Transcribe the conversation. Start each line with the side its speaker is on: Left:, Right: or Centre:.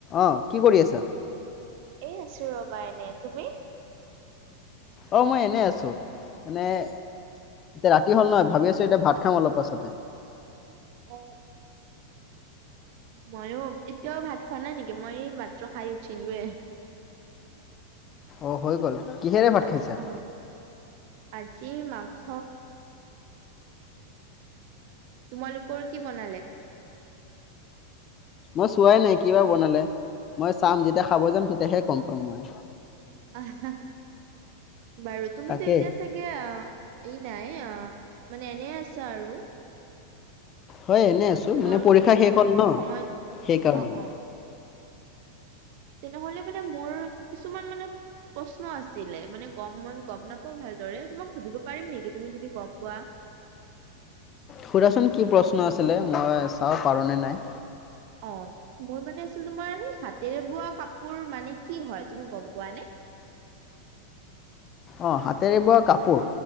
Left: অ কি কৰি আছা
Right: এই আছো ৰবা এনে তুমি
Left: অ মই এনেই আছো মে এতিয়া ৰাতি হল নহয় ভাবি আছো এতিয়া ভাত খাম অলপ পাছতে
Right: অ মইো এতিয়াও ভাত খোৱা নাই নেকি মই মাত প্ৰ খাই উঠি নে
Left: অ হৈ গ'ল কিহেৰে ভাত খাইছা
Right: অ আজি মাংস তোমালোকৰ কি বনালে
Left: মই চোৱাই নাই কিবা বনালে মই চাম যেতিয়া খাব যাম তেতিয়াহে গম পাম মই
Right: আহ বাৰু তুমিতো
Left: তাকেই
Right: এতিয়া চাগে এই নাই আহ মানে এনে আছ আৰু
Left: হয় এনে আছো
Right: তোমাৰ
Left: মানে পৰীক্ষা শে
Right: অ
Left: হ ন
Right: সময়ত
Left: সেইকাৰণে
Right: অ অ তেনেহলে মানে মোৰ কিছুমান মানে প্ৰশ্ন আছিলে মানে গম ম গম নাপাও ভালদৰে তোমাক সুধিব পাৰিম নেকি তুমি যদি গম পোৱা
Left: সুধাচোন কি প্ৰশ্ন আছিলে মই চাব পাৰোনেে নাই
Right: অ মোৰ মানে আছিল তোমাৰ সেই হাতেৰে বোৱা কাপোৰ মানে কি হয় তুমি গম পোৱা নে
Left: অ হাতেৰে ব কাপোৰ